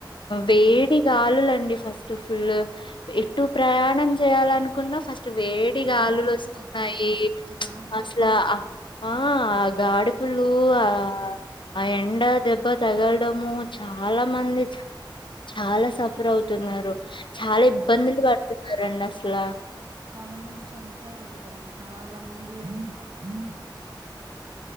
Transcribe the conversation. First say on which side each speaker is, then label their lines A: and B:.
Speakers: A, on the left (about 75°); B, on the right (about 80°).
A: వేడి
B: ఉమ్
A: గాలులండి ఫస్ట్ ఎప్పుడు ప్రయాణం చేయాలనుకున్న ఫస్ట్ వేడి గాలులు
B: గాడపులు
A: వస్తున్నాయి
B: అసల గాడపులు
A: అసలా
B: వచ్చేస్తాయి
A: అ ఆ ఆ గాడేపలు ఆ ఆ ఎండ దెబ్బ తగలడము చాలా మంది చాలా సఫర్ అవుతున్నరు చాలా ఇబ్బందులు పడుతున్నారు అండి అసల
B: చాలా మంది చనిపోయారు కాదండి చాలా మంది ఎక్కడ వల్ల చాలా మంది చనిపోయారు